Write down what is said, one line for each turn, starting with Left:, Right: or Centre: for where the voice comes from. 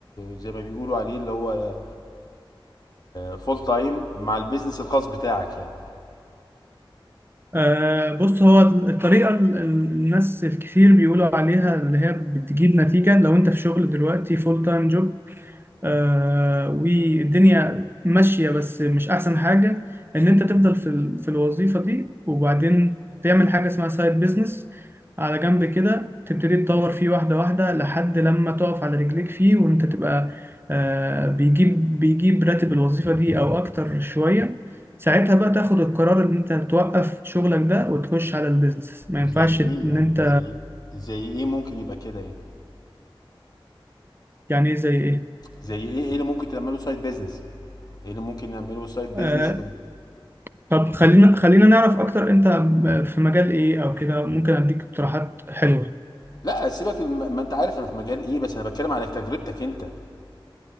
Left: زي ما بيقولوا عليه اللي هو فول تايم مع البيزنس الخاص بتاعك يعني
Right: آه، بص هو الطريقة ال- ال- الناس الكثير بيقولوا عليها اللي هي بتجيب نتيجة لو انت في شغل دلوقتي فول تايم جوب آه والدنيا ماشية بس مش أحسن حاجة إن أنت تفضل في, ال... في الوظيفة دي وبعدين تعمل حاجة اسمها سايد بيزنس على جنب كده تبتدي تطور فيه واحدة واحدة لحد لما تقف على رجليك فيه وأنت تبقى آه بيجيب بيجيب راتب الوظيفة دي أو أكتر شوية ساعتها بقى تاخد القرار إن أنت توقف شغلك ده وتخش على البيزنس ما
Left: زي
Right: ينفعش إن
Left: ايه يعني
Right: أنت
Left: زي زي ايه ممكن يبقى كده يعني
Right: يعني إيه زي إيه
Left: زي ايه ايه اللي ممكن تعمله سايد بيزنس ايه اللي ممكن نعمله سايد بيزنس
Right: آه، طب خلينا خلينا نعرف اكتر انت م- في مجال ايه او كده ممكن اديك اقتراحات حلوه
Left: لا سيبك الم- ما انت عارف انا في مجال ايه بس انا بتكلم على تجربتك انت